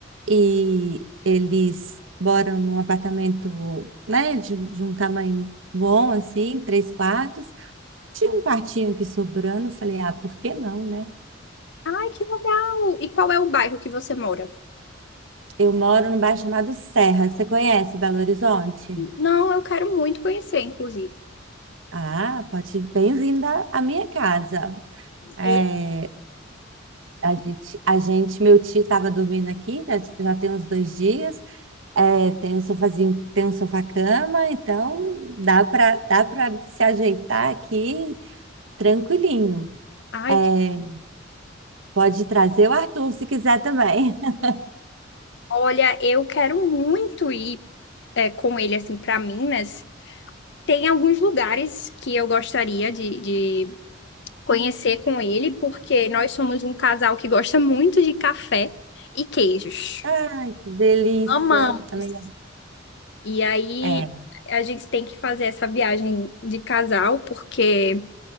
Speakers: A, on the right; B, on the left.
A: e eles moram num apartamento, né, de, de um tamanho bom, assim, três quartos. Tinha um quartinho aqui sobrando, eu falei, ah, por que não, né?
B: Ai, que legal! E qual é o bairro que você mora?
A: Eu moro num bairro chamado Serra, você conhece Belo Horizonte?
B: Não, eu quero muito conhecer, inclusive.
A: Ah, pode, bem-vinda à minha casa. É,
B: E-
A: a gente, a gente, meu tio estava dormindo aqui, tá, já tem uns dois dias, É, tem um sofazinho, tem um sofá-cama, então dá para dá para se ajeitar aqui tranquilinho.
B: Ai,
A: É, pode trazer o Arthur se quiser também. <laughs>
B: Olha, eu quero muito ir é, com ele assim para Minas. Tem alguns lugares que eu gostaria de, de conhecer com ele, porque nós somos um casal que gosta muito de café e queijos.
A: Ai, que delícia.
B: Amamos.
A: Também não-
B: E aí
A: É,
B: a gente tem que fazer essa viagem de casal, porque